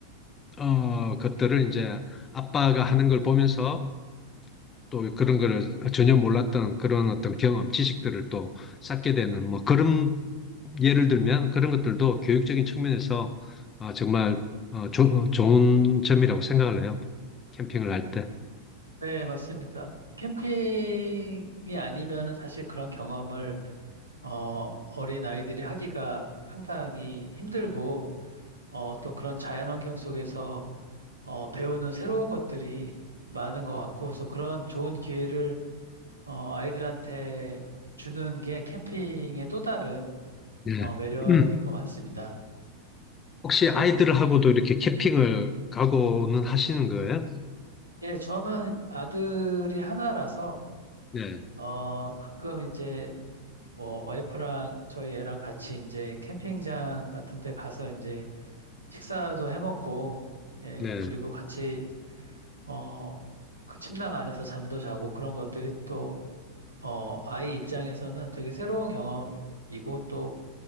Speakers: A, on the left; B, on the right.
A: 어, 것들을 이제 아빠가 하는 걸 보면서 또 그런 거를 전혀 몰랐던 그런 어떤 경험, 지식들을 또 쌓게 되는 뭐 그런 예를 들면 그런 것들도 교육적인 측면에서 어, 정말 어, 조- 어, 좋은 점이라고 생각을 해요. 캠핑을 할 때.
B: 네, 맞습니다. 캠핑이 아니면은 사실 그런 경험을 어, 어린 아이들이 하기가 상당히 힘들고 어, 또 그런 자연 환경 속에서 어, 배우는 새로운 것들이 많은 것 같고, 그래서 그런 좋은 기회를 어, 아이들한테 주는 게 캠핑의 또 다른
A: 네.
B: 어, 매력인
A: 음, <clears throat>
B: 것 같습니다.
A: 혹시 아이들하고도 이렇게 캠핑을 가고는 하시는 거예요?
B: 예, 저는 아들이 하나라서
A: 네,
B: 어, 가끔 이제 뭐 와이프랑 저희 애랑 같이 이제 캠핑장 같은 데 가서 이제 식사도 해 먹고, 예,
A: 네,
B: 그리고 같이 어, 그 침낭 안에서 잠도 자고 그런 것들이 또 어, 아이 입장에서는 되게 새로운 경험이고 또,